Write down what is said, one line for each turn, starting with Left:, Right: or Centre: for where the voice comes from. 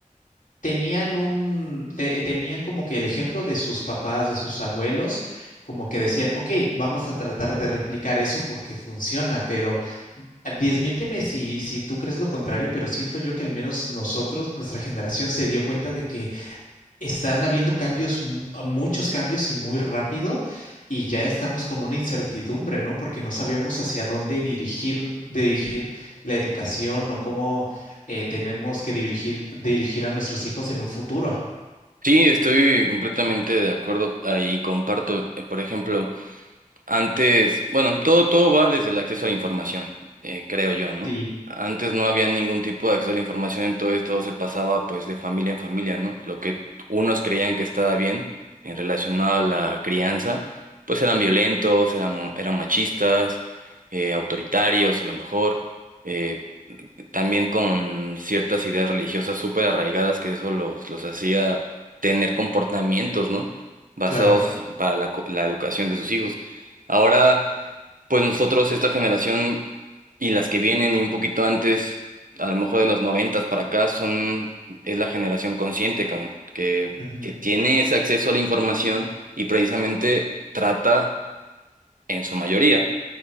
Left: tenían un, te- tenían como que el ejemplo de sus papás, de sus abuelos, como que decían, ok, vamos a tratar de replicar eso porque funciona, pero ah, desmiénteme si, si tú crees lo contrario, pero siento yo que al menos nosotros, nuestra generación, se dio cuenta de que están habiendo cambios, mu- ah, muchos cambios y muy rápido, y ya estamos con una incertidumbre, ¿no? Porque no sabíamos hacia dónde dirigir, dirigir la educación o cómo eh, tenemos que dirigir, dirigir a nuestros hijos en un futuro.
Right: Sí, estoy completamente de acuerdo ahí, comparto. Eh, Por ejemplo, Antes, bueno, todo, todo va desde el acceso a la información, eh, creo yo, ¿no?
Left: Sí.
Right: Antes no había ningún tipo de acceso a la información, entonces todo se pasaba pues de familia en familia, ¿no? Lo que unos creían que estaba bien en relacionado a la crianza, pues eran violentos, eran, eran machistas, eh, autoritarios a lo mejor, eh, también con ciertas ideas religiosas súper arraigadas que eso los, los hacía tener comportamientos, ¿no? basados
Left: Claro,
Right: para la, co- la educación de sus hijos. Ahora, pues nosotros, esta generación y las que vienen y un poquito antes, a lo mejor de los noventas para acá, son, es la generación consciente, cabrón, que,
Left: ujú,
Right: que tiene ese acceso a la información y precisamente trata, en su mayoría,